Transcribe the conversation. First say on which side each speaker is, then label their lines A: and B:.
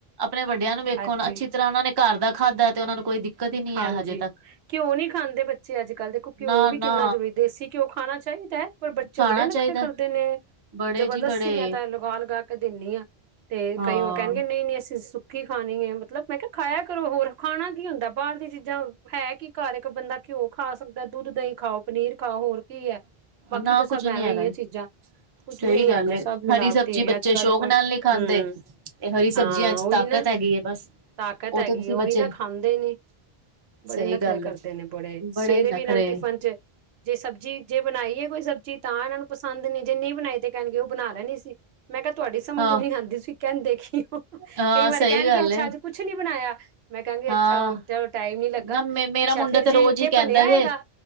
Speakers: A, on the right; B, on the right.
A: ਆਪਣੇ ਵੱਡਿਆਂ ਨੂੰ ਵੇਖੋ
B: ਅੱਜ
A: ਨਾ, ਅੱਛੀ ਜਿਸ ਤਰ੍ਹਾਂ ਉਹਨਾ ਨੇ ਘਰ ਦਾ ਖਾਧਾ ਤੇ ਉਹਨਾਂ ਨੂੰ ਕੋਈ ਦਿੱਕਤ ਹੀ ਨਹੀਂ
B: ਹਾਂਜੀ,
A: ਹੈ ਹਜੇ ਤੱਕ।
B: ਘਿਓ ਨਹੀਂ ਖਾਂਦੇ ਬੱਚੇ ਅੱਜ ਕੱਲ੍ਹ, ਦੇਖੋ ਘਿਓ
A: ਨਾ
B: ਵੀ
A: ਨਾ
B: ਕਿੰਨਾ ਜ਼ਰੂਰੀ ਦੇਸ਼ੀ ਘਿਓ। ਘਿਓ ਖਾਣਾ ਚਾਹੀਦਾ ਐ ਪਰ ਬੱਚੇ
A: ਖਾਣਾ
B: ਬੜੇ ਨੱਖਰੇ
A: ਚਾਹੀਦਾ।
B: ਕਰਦੇ ਨੇ,
A: ਬੜੇ
B: ਜਬਰਦਸਤੀ
A: ਜੀ ਬੜੇ
B: ਮੈਂ ਤਾਂ ਲਗਾ-ਲਗਾ ਕੇ ਦੇਂਦੀ ਆ ਤੇ
A: ਹਾਂ
B: ਕਈ ਉਹ ਕਹਿਣਗੇ ਨਈ-ਨਈ ਅਸੀਂ ਸੁੱਕੀ ਖੀ ਖਾਣੀ ਏ ਮਤਲਬ ਮੈਂ ਕਿਹਾ ਖਾਇਆ ਕਰੋ, ਹੋਰ ਖਾਣਾ ਕੀ ਹੁੰਦਾ? ਬਾਹਰ ਦੀਆਂ ਚੀਜ਼ਾਂ, ਹੈ ਕੀ ਘਰ? ਇੱਕ ਬੰਦਾ ਘਿਓ ਖਾ ਸਕਦਾ, ਦੁੱਧ, ਦਹੀਂ ਖਾਓ, ਪਨੀਰ ਖਾਓ ਹੋਰ। ਕੀ ਏ, ਬਾਕੀ
A: ਨਾ
B: ਤਾਂ ਸਭ
A: ਕੁੱਝ ਨੀ
B: ਐਵੇਂ
A: ਹੈਗਾ।
B: ਹੀ ਐ ਚੀਜ਼ਾਂ। ਕੁੱਝ
A: ਸਹੀ
B: ਵੀ ਨੀ
A: ਗੱਲ
B: ਹੈਗਾ,
A: ਏ
B: ਸਭ ਮਿਲਾਵਟੀ
A: ਹਰੀ ਸਬਜ਼ੀ
B: ਨੇ
A: ਬੱਚੇ
B: ਅੱਜ-ਕੱਲ
A: ਸ਼ੌਕ
B: ਕੋਈ,
A: ਨਾਲ ਨਹੀਂ ਖਾਂਦੇ।
B: ਹਮ
A: ਤੇ ਹਰੀ ਸਬਜ਼ੀਆਂ
B: ਹਾਂ।
A: ਚ
B: ਉਹੀ
A: ਤਾਕਤ
B: ਨਾ,
A: ਹੈਗੀ ਹੈ ਬਸ।
B: ਤਾਕਤ
A: ਉਹ
B: ਹੈਗੀ,
A: ਤੇ ਤੁਸੀਂ
B: ਉਹੀ
A: ਬੱਚੇ
B: ਨਾ ਖਾਂਦੇ ਨਹੀ। ਬੜੇ
A: ਸਹੀ
B: ਨਖਰੇ
A: ਗੱਲ
B: ਕਰਦੇ ਨੇ ਬੜੇ, ਸਵੇਰੇ
A: ਹੀ ਨਖਰੇ
B: ਵੀ ਇਹਨਾਂ ਨੇ ਟਿਫਨ ਚ ਜੇ ਸਬਜ਼ੀ, ਜੇ ਬਣਾਈ ਐ ਕੋਈ ਸਬਜ਼ੀ ਤਾਂ ਇਹਨਾਂ ਨੂੰ ਪਸੰਦ ਨਹੀਂ, ਜੇ ਨਹੀਂ ਬਣਾਈ ਤੇ ਕਹਿਣਗੇ ਉਹ ਬਣਾ ਲੈਣੀ ਸੀ। ਮੈਂ ਕਿਹਾ ਤੁਹਾਡੀ ਸਮਝ
A: ਹਾਂ
B: ਨੀ ਆਂਦੀ ਸੀ ਕਹਿੰਦੇ ਕੀ ਹੋ?
A: ਹਾਂ
B: ਕਈ ਵਾਰ
A: ਸਹੀ
B: ਕਹਿਣਗੇ
A: ਗੱਲ
B: ਅੱਛਾ
A: ਏ।
B: ਅੱਜ ਕੁਛ ਨਹੀਂ ਬਣਾਇਆ। ਮੈਂ ਕਹਾਂਗੀ
A: ਹਾਂ
B: ਅੱਛਾ ਓ ਟਾਈਮ ਨੀ ਲੱਗਾ।
A: ਨਾ ਮੇ ਮੇਰਾ
B: ਅੱਛਾ,
A: ਮੁੰਡਾ
B: ਫ਼ਿਰਜੇ
A: ਤੇ ਰੋਜ਼
B: ਜੇ
A: ਹੀ ਕਹਿੰਦਾ
B: ਬਣਿਆ
A: ਜੇ
B: ਹੈਗਾ